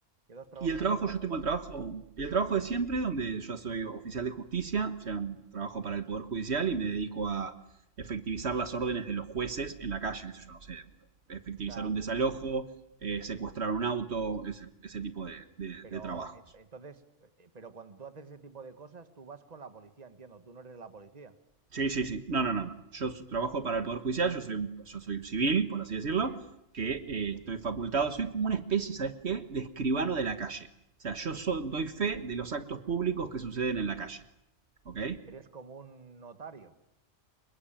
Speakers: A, on the right; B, on the right.
A: ¿Qué dos trabajos
B: y el trabajo,
A: tienes ahora,
B: yo tengo
A: tío?
B: el trabajo,
A: O
B: el trabajo de siempre, donde yo soy oficial de justicia, o sea, trabajo para el Poder Judicial y me dedico a efectivizar las órdenes de los jueces en la calle, qué sé yo, no sé, efectivizar
A: sea,
B: un desalojo, eh, secuestrar un auto, ese, ese tipo de, de-
A: pero
B: de trabajos.
A: eh, entonces, eh, eh, pero cuando tú haces ese tipo de cosas, tú vas con la policía, entiendo, tú no eres la policía,
B: Sí, sí, sí. No, no, no, no. no. Yo s- trabajo para el Poder Judicial, yo soy, un- yo soy un civil, por así decirlo,
A: sí,
B: que
A: sí.
B: eh, estoy facultado, soy como una especie, ¿sabes qué?, de escribano de la calle. O sea, yo so- doy fe de los actos públicos que suceden en la calle, ¿ok?
A: eres como un notario,